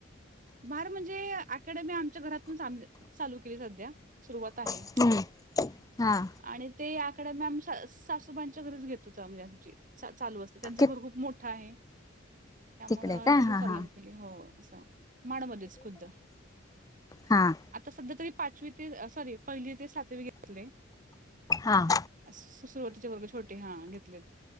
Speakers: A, on the right; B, on the left.
A: बार म्हणजे अकॅडमी आमच्या घरातून <unintelligible> चालू केली संध्या. सुरुवात आहे.
B: हम्म हा
A: आणि ते अकॅडमी आम्ही स सासूबाईच्या घरीच घेत होतो आम्ही आमची चालू असते. त्यांचं
B: कि
A: घर खूप मोठं आहे. त्यामुळं
B: तिकडे काय
A: तिथूनच
B: हा
A: आणा
B: हा
A: लागते. हो असं माडमध्येच खुद्द
B: हां,
A: आता संध्या तरी पाचवी ते अ सॉरी पहिली ते सातवी घेतलेय.
B: हां,
A: सु.. सुरुवातीचे वर्ग छोटे हां घेतलेत.